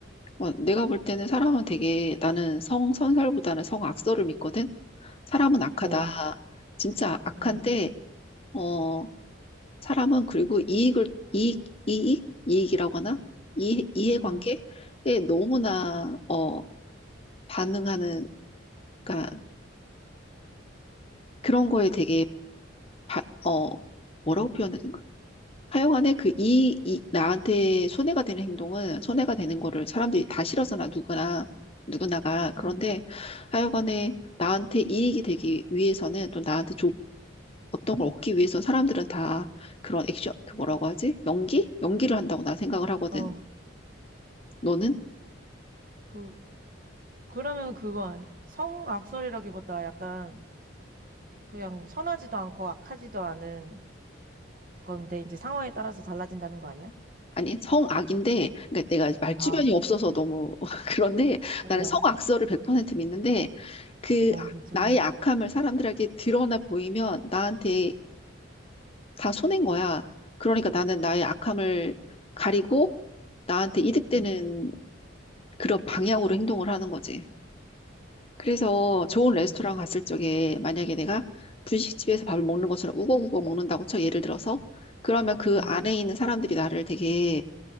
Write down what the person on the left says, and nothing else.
어, 내가 볼 때는 사람은 되게 나는 성선설보다는 성악설을 믿거든. 사람은 악하다.
진짜 악한데
어 사람은 그리고 이익을 이익 이익 이익이라고 하나? 이 이해관계에
너무나 어 반응하는 그러니까 그런 거에 되게 바, 어 뭐라고 표현해야 되지? 하여간에 그 이, 이, 나한테 손해가 되는 행동은 손해가 되는 거를 사람들이 다 싫어하잖아, 누구나, 누구나가. 그런데
하여간에 나한테 이익이 되기 위해서는 또 나한테 조, 어떤 걸 얻기 위해서 사람들은 다 그런 액션, 그 뭐라고 하지? 연기? 연기를 한다고 난 생각을 하거든.
너는?
아니, 성악인데, 그러니까 내가 말주변이
없어서 너무 <laughs> 그런데
나는 성악설을 100% 믿는데 그
나의 악함을 사람들에게 드러나 보이면 나한테 다 손해인 거야. 그러니까 나는 나의 악함을 가리고 나한테 이득되는
그런 방향으로 행동을 하는 거지. 그래서 좋은 레스토랑
갔을 적에 만약에 내가 분식집에서 밥을 먹는 것처럼 우거우거 먹는다고 쳐 예를 들어서 그러면 그
안에 있는 사람들이 나를 되게